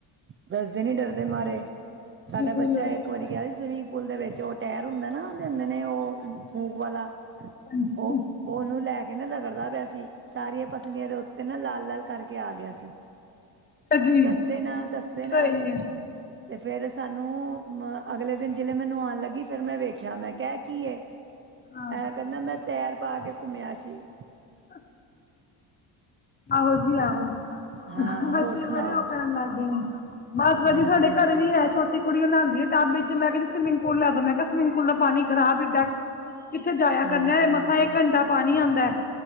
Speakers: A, on the right (about 30°); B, on the left (about 20°).
A: ਦੱਸਦੇ ਨੀ ਡਰਦੇ ਮਾਰੇ ਸਾਡਾ
B: ਬਿਲਕੁਲ
A: ਬੱਚਾ ਇੱਕ ਇੱਕ ਵਾਰੀ ਗਿਆ ਸੀ ਸਵਿਮਿੰਗ ਪੂਲ ਦੇ ਵਿੱਚ ਉਹ ਟਾਇਰ ਹੁੰਦਾ ਨਾ ਉਹ ਦਿੰਦੇ ਨੇ ਉਹ ਫੂਕ ਵਾਲਾ।
B: ਹਾਂਜੀ।
A: ਉਹ ਉਹਨੂੰ ਲੈ ਕੇ ਨਾ ਰਗੜਦਾ ਪਿਆ ਸੀ ਸਾਰੀਆਂ ਪਸਲੀਆਂ ਦੇ ਉੱਤੇ ਨਾ ਲਾਲ ਲਾਲ ਕਰਕੇ ਆ ਗਿਆ ਸੀ।
B: ਅਛਾ ਜੀ।
A: ਦੱਸੇ ਨਾ ਦੱਸੇ ਨਾ।
B: ਸਹੀ ਹੈ
A: ਤੇ ਫਿਰ ਸਾਨੂੰ ਅ ਅਗਲੇ ਦਿਨ ਜਿਹਲੇ ਮੈ ਨਹਾਉਣ ਲੱਗੀ ਫਿਰ ਮੈਂ ਵੇਖ ਵੇਖਿਆ ਮੈਂ ਕਿਹਾ ਐ ਕੀ ਏ
B: ਹਾਂ
A: ਐ ਕਹਿੰਦਾ ਮੈਂ ਟਾਇਰ ਪਾ ਕੇ ਘੁੰਮਿਆ ਸੀ।
B: ਅੱਛਾ। ਆਹੋ ਜੀ ਆਹੋ
A: ਹਾਂ
B: ਬੱਚੇ
A: ਹੋਰ ਸੁਣਾਓ
B: ਬੜੇ ਉਹ ਕਰਨ ਲੱਗ ਗਏ ਨੇ। ਬਸ ਵਧੀਆ
A: ਹਾਂਜੀ
B: ਸਾਡੇ
A: ਹਾਂਜੀ
B: ਘਰ ਵੀ ਹੈ ਛੋਟੇ। ਤੇ ਕੁੜੀ ਨਹਾਉਂਦੀ ਹੈ ਟੱਬ ਵਿੱਚ ਮੈਂਨੂੰ ਕਹਿੰਦੀ ਸਵਿਮਿੰਗ ਪੂਲ ਲੈ ਜੋ ਮੈਂ ਕਿਹਾ ਸਵਿਮਿੰਗ ਪੂਲ ਦਾ ਪਾਣੀ ਖਰਾਬ ਇੱਡਾ। ਕਿੱਥੇ ਜਾਇਆ
A: ਹਾਂਜੀ
B: ਕਰਨਾ
A: ਹਾਂਜੀ
B: ਮਸਾਂ ਇੱਕ ਘੰਟਾ ਪਾਣੀ ਆਉਂਦਾ ਹੈ।